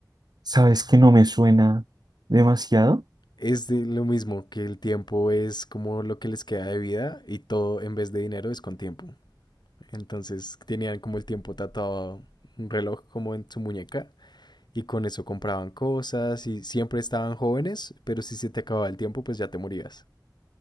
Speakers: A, on the right (about 65°); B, on the left (about 75°).
A: ¿sabes que no me suena demasiado?
B: Es de lo mismo, que el tiempo es como lo que les queda de vida y todo en vez de dinero es con tiempo. Entonces tenían como el tiempo tatuado un reloj como en su muñeca y con eso compraban cosas y siempre estaban jóvenes, pero si se te acababa el tiempo pues ya te morías.